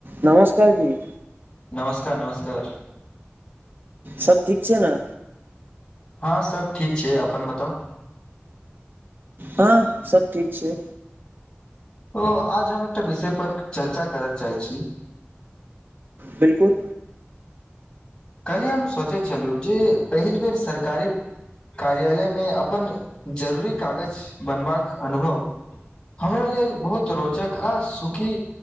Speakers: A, on the right (about 55°); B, on the left (about 20°).
A: नमस्कार जी
B: नमस्कार नमस्कार
A: सब ठीक छै ने
B: हँ सब ठीक छै अपन बताउ
A: हँ सब ठीक छै
B: ओ आज हम एकटा विषय पर चर्चा करय चाहै छी
A: बिलकुल
B: काल्हि हम सोचै छलु जे पहिल बेर सरकारी कार्यालयमे अपन जरूरी कागज बनबाक अनुभव हमरा लेल बहुत रोचक आ सुखी